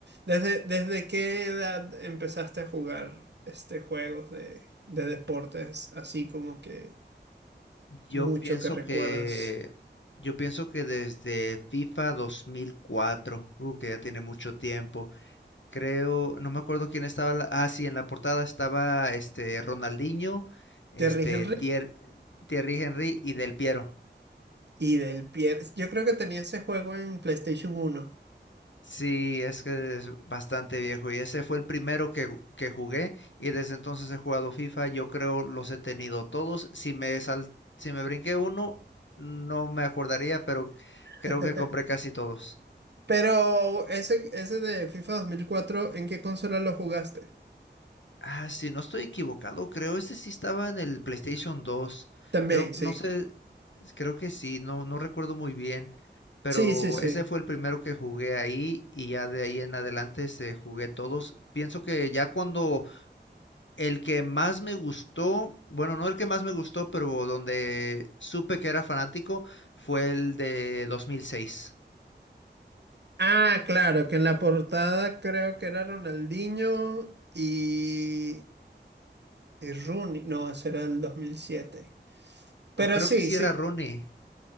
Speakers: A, on the right; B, on the left.
A: ¿Desde, desde qué edad empezaste a jugar este juegos de, de deportes así como que
B: Yo
A: mucho
B: pienso
A: que recuerdes?
B: que, yo pienso que desde FIFA 2004, uh, que ya tiene mucho tiempo. Creo, no me acuerdo quién estaba. la- ah, sí, en la portada estaba este Ronaldinho, este
A: ¿Te rigen?
B: Thier- Thierry Henry y Del Piero.
A: Y del pie, yo creo que tenía ese juego en PlayStation uno
B: Sí, es que es bastante viejo y ese fue el primero que, ju- que jugué y desde entonces he jugado FIFA. Yo creo los he tenido todos. Si me sal- si me brinqué uno, no me acordaría, pero creo
A: <laughs>
B: que compré casi todos.
A: Pero ese, ese de FIFA dos mil cuatro ¿en qué consola lo jugaste?
B: Ah, si no estoy equivocado, creo ese sí estaba en el PlayStation 2.
A: También,
B: Creo, no
A: sí.
B: sé, creo que sí, no, no recuerdo muy bien, pero
A: Sí, sí, sí.
B: ese fue el primero que jugué ahí y ya de ahí en adelante se jugué todos. Pienso que ya cuando el que más me gustó, bueno, no el que más me gustó, pero donde supe que era fanático, fue el de 2006.
A: Ah, claro, que en la portada creo que era Ronaldinho y, y Rooney. No, ese era el dos mil siete Pero
B: O creo
A: sí,
B: que sí
A: sí,
B: era Rooney.